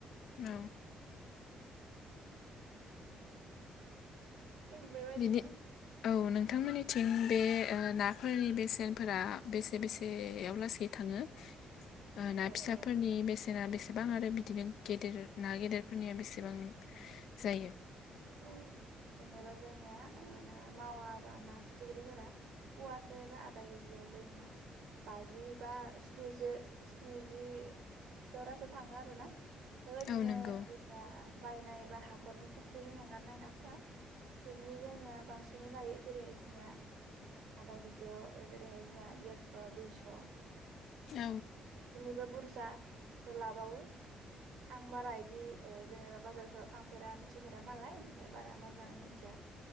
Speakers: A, on the left (about 65°); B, on the right (about 75°).
A: औ।
B: थिग बेबायदिनो
A: बिदि औ नोंथांमोननिथिं बे नाफोरनि बेसेन फोरा बेसे बेसेयाव लासै थाङो ओ
B: औ
A: ना फिसाफोरनि
B: औ
A: बेसे ना बेसेबां आरो बिदिनो गेदेर ना गेदेरफोरनिया बेसेबां जायो?
B: औ जेनेबा जों ओ ना मावा बा ना फिथिख्रिफोरा फवासेबा आदा केजियाव जोंनिया बाजि बा स्निजि स्निजि सो थाङो आरो ना। बेबायदिनो
A: औ नंगौ
B: जोंहा बायनाय बा हाखरनि फ जोलै हांगारनाय नाफोरा बेनि जोंनिया बांसिनै लायो जेरै जोंनिया। आदा केजियाव जेरै हाय जोहा देरस' दुयस'।
A: औ।
B: <unintelligible> बुरजासो लाबावो। आं बारा बिदि ओ जेनेबा बाजारफोराव थांफेरा मिथिफेरा नालाय बारा मोजाङै मिथिया